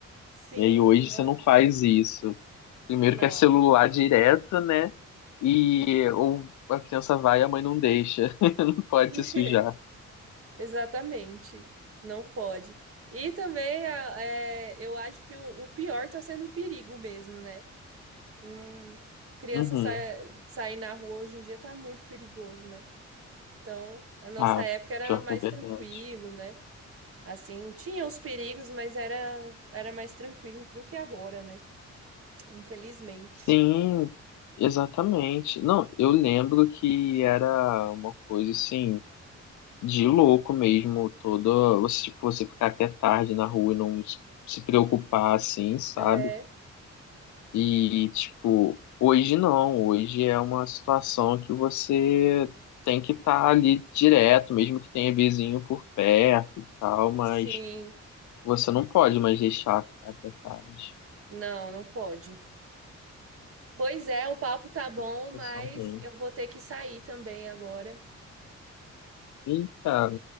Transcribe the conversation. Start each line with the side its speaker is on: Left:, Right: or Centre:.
Right: Sim,
Left: E aí hoje
Right: nossa,
Left: você não faz isso. Primeiro
Right: não.
Left: que é celular direto, né? E ou a criança vai e a mãe não deixa. <laughs> Não pode
Right: <laughs>
Left: se sujar.
Right: Exatamente. Não pode. E também a- é, eu acho que o, o pior tá sendo o perigo mesmo, né? Hum, criança
Left: Uhum.
Right: sa sair na rua hoje em dia tá muito perigoso, né? Então, a nossa
Left: Ah,
Right: época era
Left: pior
Right: mais
Left: que é verdade.
Right: tranquilo, né? Assim, tinha os perigos, mas era, era mais tranquilo do que agora, né? Infelizmente.
Left: Sim, exatamente. Não, eu lembro que era uma coisa assim, de louco mesmo, toda. Você, tipo, você ficar até tarde na rua e não se se preocupar, assim, sabe?
Right: É,
Left: E, tipo, hoje não. Hoje é uma situação que você tem que estar ali direto, mesmo que tenha vizinho por perto e tal, mas
Right: sim.
Left: você não pode mais deixar ficar até tarde.
Right: Não, não pode. Pois é, o papo tá bom,
Left: Isso
Right: mas
Left: é só ruim.
Right: eu vou ter que sair também agora,
Left: E, cara,